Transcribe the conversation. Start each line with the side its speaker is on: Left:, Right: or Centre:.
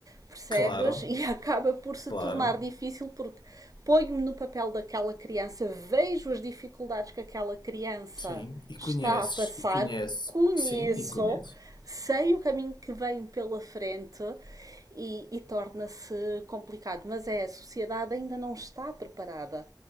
Right: percebes?
Left: Claro,
Right: E <laughs> acaba por se
Left: claro.
Right: tornar difícil porque ponho-me no papel daquela criança, vejo as dificuldades que aquela criança
Left: Sim, e
Right: está
Left: conheces,
Right: a passar,
Left: e conheces,
Right: conheço,
Left: sim, e conheces.
Right: sei o caminho que vem pela frente e, e torna-se complicado. Mas é, a sociedade ainda não está preparada.